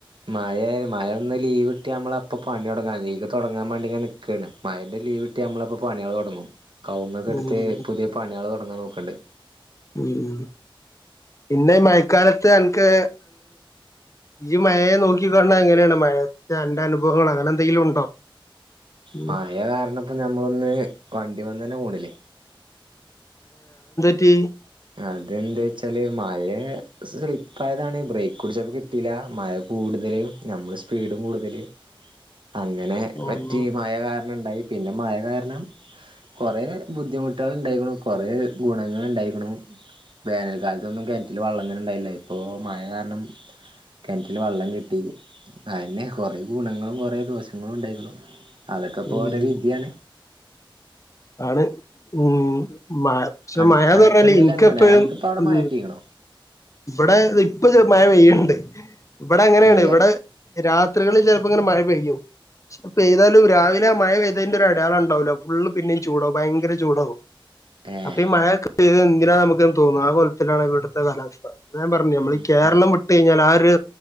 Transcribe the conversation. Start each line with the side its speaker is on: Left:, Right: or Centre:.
Right: മഴ മഴ ഒന്ന് ലീവ് കട്ടി നമ്മള അപ്പ പണിയോ ലീവ് തുടങ്ങാൻ വേണ്ടി നിക്കക്കയാണ് മയൻന്റെ ലീവ് ഇട്ടി നമ്മളപ്പോ പണികൾ തുടങ്ങും കവുങ്ങക്കെടുത്ത്
Left: ഉം
Right: പുതിയ പണികള് തു തുടങ്ങാൻ നോക്കണ്ട്
Left: ഉം പിന്നെ ഈ മഴക്കാലത്ത് അനക്ക് ഈ മഴയെ നോക്കിക്ക എങ്ങനെയാണ് മഴ എന്റെ അനുഭവങ്ങൾ അങ്ങനെ എന്തെങ്കിലും ഉണ്ടോ ഉം
Right: മഴ കാരണപ്പോ നഞമ്മളൊന്ന് വണ്ടി വന്ന തന മോണിലേ
Left: ത്തി
Right: അതെന്താ വെച്ചാല് മഴ സ്ലിപ്പായതാണ് ബ്രേക്ക് കുടിച്ചപ്പോൾ കിട്ടിയില്ല മഴ കൂടുതല് നമ്മൾ സ്പീഡും കൂടുതല് അങ്ങനെ
Left: ഉം
Right: പറ്റി മഴ കാരണം ഇണ്ടായി പിന്നെ മഴ കാരണം കുറേ ബുദ്ധിമുട്ടുകൾ ഉണ്ടായിരിക്കണു കുറേ ഗുണങ്ങ ഉണ്ടായിരിക്കണു വേനൽക്കാലത്തൊന്നും കിണറ്റില് വെള്ളം തന്നെ ഉണ്ടായില്ല ഇപ്പോൾ മഴ കാരണം കിണറ്റില് വെള്ളം കിട്ടി അന്നെ കുറേ ഗുണങ്ങളും കുറേ ദോഷങ്ങളും ഉണ്ടായിരുന്നു അതൊക്കെപ്പോ
Left: ഉം
Right: ഓരോ വിദ്യയാണ്
Left: ആണ് ഉം മ പക്ഷെ
Right: അനക്ക്
Left: മഴന്ന്
Right: അനക്കെന്തേലും
Left: പറഞ്ഞാല് എനിക്ക
Right: അനുഭവണ്ടോ
Left: എപ്പഴും
Right: അനക്കിപ്പോ അവിടെ
Left: ഉ
Right: മഴ കിട്ടീക്കണോ
Left: ഇവിടെ ഇ ഇപ്പൊ മഴ വെയ്യണ്ട് ഇവിടെ അങ്ങനെയാണ്
Right: ഉണ്ടല്ലേ
Left: ഇവിടെ രാത്രികളിൽ ചിലപ്പോ ഇങ്ങനെ മഴ പെയ്യും അപ്പൊ ഏതാലും രാവിലെ ആ മഴ പെയ്തതിന്റെ ഒരു അടയാളം ഉണ്ടാവലോ ഫുള്ള് പിന്നേും ചൂടാവും ഭയങ്കര ചൂടാവും
Right: ഏഹ്
Left: അപ്പ മഴയൊക്കെ പെയ് ഇങ്ങനെ നമുക്കന്ന് തോന്നും ആ കോലത്തിലാണ് ഇവിടുത്തെ കലാവസ്ഥ ഞാൻ പറഞ്ഞു നമ്മള
Right: ഉം
Left: ഈ കേരളം
Right: ഉം
Left: വിട്ട് കഴിഞ്ഞാൽ ആ ഒരു